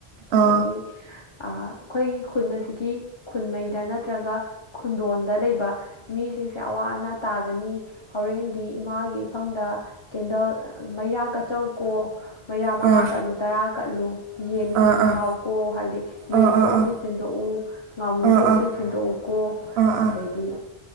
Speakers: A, on the left (about 50°); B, on the right (about 80°).
A: ꯑꯗꯩꯗꯤ
B: ꯑꯥ
A: ꯑꯩꯈꯣꯏꯒꯤ ꯈꯨꯟ ꯑꯁꯤꯒꯤ ꯈꯨꯟꯃꯩꯗ ꯅꯠꯇ꯭ꯔꯒ ꯈꯨꯟꯗꯣꯟꯗ ꯂꯩꯕ ꯃꯤꯁꯤꯡꯁꯦ ꯑꯋꯥ ꯑꯅꯥ ꯇꯥꯒꯅꯤ ꯍꯣꯔꯦꯟꯗꯤ ꯏꯃꯥꯒꯤ ꯏꯐꯝꯗ ꯀꯦꯟꯗꯜ ꯃꯩꯔꯥ ꯀꯆꯧꯀꯣ ꯃꯩꯔꯥ ꯃꯉꯥ
B: ꯑꯥ
A: ꯀꯠꯂꯨ ꯇꯔꯥ ꯀꯠꯂꯨ ꯌꯦꯟ
B: ꯑꯥ
A: ꯍꯤꯡ ꯊꯥꯎꯀꯣ
B: ꯑꯥ
A: ꯍꯥꯏꯗꯤ ꯌꯦꯟꯗ
B: ꯑꯥ ꯑꯥ
A: ꯎꯁꯤꯟ
B: ꯑꯥ
A: ꯁꯤꯟꯗꯣꯛꯎ ꯉꯥꯃꯨꯗ
B: ꯑꯥ
A: ꯎꯁꯤꯟ
B: ꯑꯥ
A: ꯁꯤꯟꯗꯣꯛꯎꯀꯣ
B: ꯑꯥ ꯑꯥ
A: ꯑꯗꯩꯗꯤ